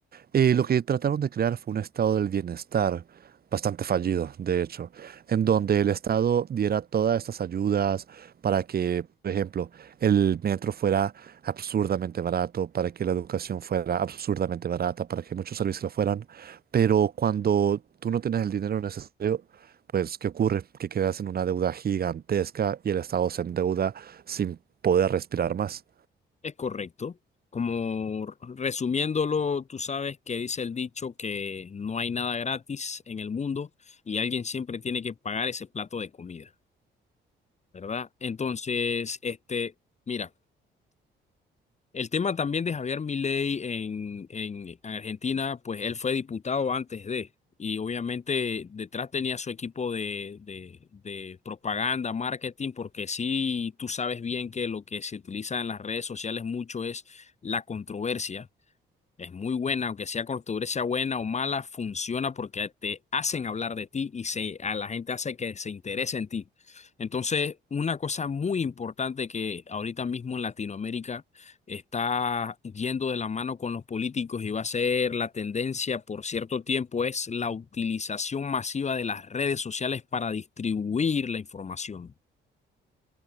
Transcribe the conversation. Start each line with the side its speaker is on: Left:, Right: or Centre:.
Right: eh, lo que trataron de crear fue un estado del bienestar bastante fallido, de hecho, en donde el Estado diera todas estas ayudas para que, por ejemplo, el metro fuera absurdamente barato, para que la educación fuera absurdamente barata, para que muchos servicios lo fueran, pero cuando tú no tienes el dinero necesario, pues, ¿qué ocurre? Que quedas en una deuda gigantesca y el Estado se endeuda sin poder respirar más.
Left: Es correcto. Como resumiéndolo, tú sabes que dice el dicho que no hay nada gratis en el mundo y alguien siempre tiene que pagar ese plato de comida. ¿verdad? Entonces, este, mira, el tema también de Javier Milei en, en Argentina, pues él fue diputado antes de, y obviamente detrás tenía su equipo de, de, de propaganda, marketing, porque sí, tú sabes bien que lo que se utiliza en las redes sociales mucho es la controversia es muy buena, aunque sea cortadura, sea buena o mala, funciona porque te hacen hablar de ti y se, a la gente hace que se interese en ti. Entonces, una cosa muy importante que ahorita mismo en Latinoamérica está yendo de la mano con los políticos y va a ser la tendencia por cierto tiempo es la utilización masiva de las redes sociales para distribuir la información.